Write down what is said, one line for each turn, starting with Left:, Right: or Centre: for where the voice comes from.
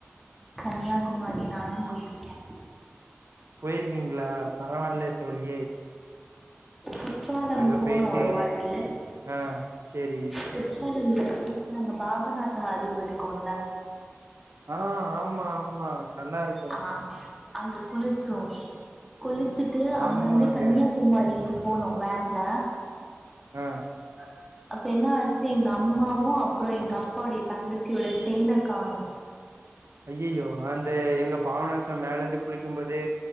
Centre: கன்னியாகுமாரி நானு போயிருக்கே
Right: போயிருக்கீங்ளா பரவாயில்ல தோழியே
Centre: குற்றாலம்
Right: அங்க
Centre: போனோ
Right: போயிட்டு
Centre: ஒரு வாட்டி
Right: ஆ சேரி
Centre: குற்றால இல்ல குளிச்ச அங்க பாபாநாச அறிவி இருக்குல்ல
Right: ஆ ஆமா ஆமா நல்லா இருக்
Centre: ஆமா அங்க குளிச்சோ குளிச்சிட்டு
Right: ஆமாங்க
Centre: அங்கந்து கன்னியாகுமாரி ப்படி போனோ வேன்ல
Right: ஆ
Centre: ஆ அப்ப என்ன ஆச்சி எங்க அம்மாவு அப்புறோ எங்க அப்பாவுடைய தங்கச்சியோட செயினக்கானு
Right: ஐய்ஐயோ அந்த எங்க பாவனாசம் மேல இருந்து குளிக்கு போதே